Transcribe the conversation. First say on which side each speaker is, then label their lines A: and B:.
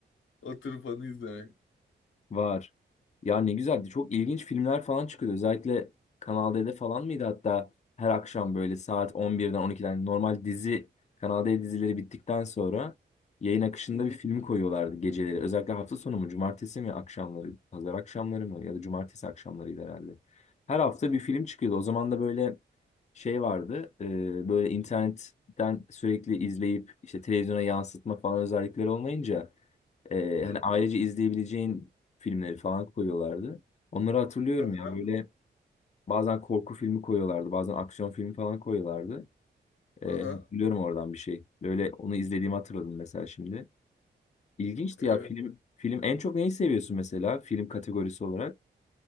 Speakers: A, on the left (about 80°); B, on the left (about 35°).
A: oturup onu izlemek.
B: Var. Ya ne güzeldi. Çok ilginç filmler falan çıkıyordu. Özellikle Kanal D'de falan mıydı hatta her akşam böyle saat 11'den 12'den normal dizi Kanal D dizileri bittikten sonra yayın akışında
A: Hı
B: bir film koyuyorlardı geceleri. Özellikle hafta sonu mu, cumartesi mi akşamları, pazar akşamları mı ya da cumartesi akşamlarıydı herhalde. Her hafta bir film çıkıyordu. O zaman da böyle şey vardı. e, böyle internetten sürekli izleyip işte televizyona yansıtma falan özellikleri olmayınca ee,
A: hı.
B: hani ailece izleyebileceğin filmleri falan koyuyorlardı. Onları hatırlıyorum
A: Aha,
B: ya böyle bazen korku filmi koyuyorlardı, bazen aksiyon filmi falan koyuyorlardı. Ee,
A: aha.
B: hatırlıyorum oradan bir şey. Böyle onu izlediğimi hatırladım mesela şimdi. İlginçti
A: Evet.
B: ya film. Film en çok neyi seviyorsun mesela film kategorisi olarak?